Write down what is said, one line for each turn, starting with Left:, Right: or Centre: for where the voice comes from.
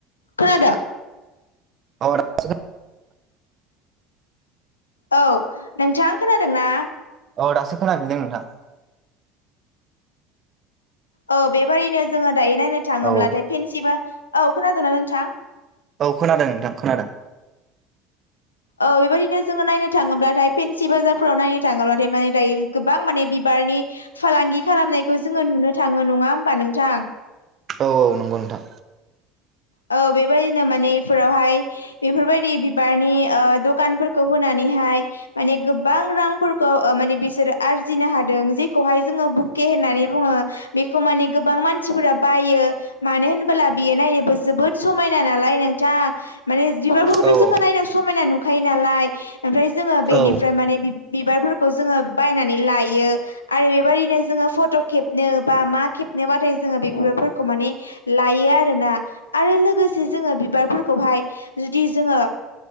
Left: खोनादों?
Right: औ दासो
Left: औ नोंथां खोनादोंना?
Right: औ दासो खोनाफिनदों नोंथां
Left: औ बेबारैनो जोङो दायो नायनो थाङोब्लाथाय
Right: औ
Left: फेनसि बा औ खोनादोंना नोंथां।
Right: औ खोनादों नोंथां खोनादों
Left: औ बेबायदिनो जोङो नायनो थाङोब्लाथाय फेनसि बाजारफोराव नायनो थाङोब्लाथाय माने दायो गोबां। माने बिबारनि फालांगि खालामनायखौ जोङो नुनो थाङो नङा होमबा नोंथां
Right: औ औ नंगौ नोंथां
Left: औ बेबायदिनो माने इफोरावहाय बेफोरबायदि बिबारनि ओ दखानफोरखौ होनानै हाय गोबां रांफोरखौ ओ माने बिसोर आरजिनो हादों जेखौहाय ज होननानै बुङो बे मान गोबां मानसि ब मानो होन बियो नायनोबो जोबोद समायना नालाय नोंथां माने बिबारफोरखौथ'
Right: औ
Left: जोङो
Right: औ
Left: नायनो समायना नुखायो नालाय। ओमफ्राय जोङो बेनिफ्राय
Right: औ
Left: माने बिबारफोरखौ जोङो बायनानै लायो आरो बेबादिनो जोङो। फट' खेबनो बा मा खेबनोबाथाय जोङो बे बिबारफोरखौ माने लायो आरोना। आरो लोगोसे जोङो बिबारफोरखौहाय जुदि जोङो।